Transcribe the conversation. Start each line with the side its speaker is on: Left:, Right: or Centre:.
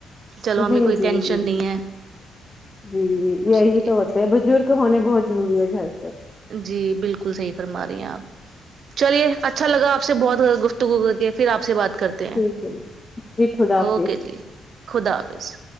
Right: چلو
Left: جی
Right: امی کوئی
Left: جی
Right: ٹینشن
Left: جی
Right: نہیں ہے
Left: جی ج
Right: چلیے
Left: یہی تو ہوتے ہے بزرگ ہونے بہت ضروری ہے گھر پہ
Right: جی بالکل صحیح فرما رہی ہیں آپ چلیے اچھا لگا آپسے بہت زادہ گفتگو کر کے پھر آپ سے بات کرتے
Left: ٹھیک ہے جی خدا حافظ
Right: اوکے جی خدا حافظ